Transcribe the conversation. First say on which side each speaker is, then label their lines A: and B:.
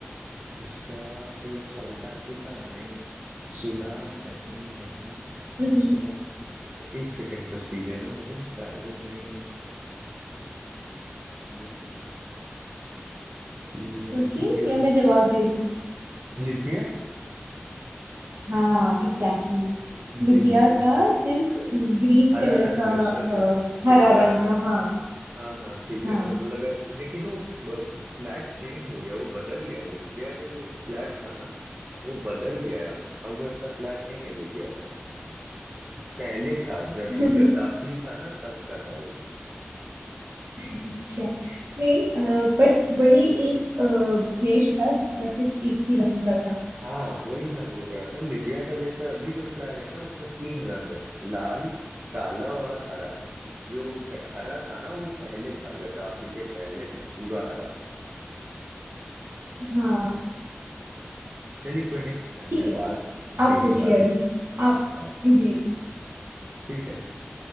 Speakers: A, on the right; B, on the right.
A: इसका फिर साउथ अफ्रीका नहीं सूडान नहीं नहीं
B: हम्म,
A: उसके बाद एक सेकंड बस दीजिए ना मुझे कायरो नहीं ये नहीं लिबिया, सीरिया
B: सोचिए
A: सीरिया
B: या मैं
A: भी
B: जवाब दे दूं
A: लिबिया
B: हाँ एग्जैक्टली exactly.
A: लिबिया
B: लिबिया का सिर्फ ग्रीन
A: हरा
B: कलर
A: रंग
B: का
A: है उसका
B: अ,
A: सिर्फ सिर्फ
B: हरा
A: हरा
B: रंग
A: रंग
B: का हाँ
A: हाँ हाँ ठीक
B: हाँ
A: है मेरे को लगा लेकिन वो फ्लैग चेंज हो गया वो बदल गया लिबिया का जो फ्लैग था ना वो बदल गया है अब अब वैसा फ्लैग नहीं है लिबिया का पहले था जब
B: <laughs>
A: गद्दाफी था ना तब का था वो
B: अच्छा नहीं बट वही एक अ, देश था जिसका सिर्फ एक ही रंग का था
A: हाँ वही मैं बोल रहा था लिबिया का जैसे अभी जो फ्लैग है ना उसमें तीन रंग है लाल काला और हरा जो प- हरा था ना वो पहले था गद्दाफी के पहले था पूरा हरा था
B: हाँ
A: चलिए कोई नहीं धन्यवाद
B: ठीक है आप
A: मेरी
B: पूछिए
A: बारी
B: अभी आप
A: हाँ
B: जी जी।
A: ठीक है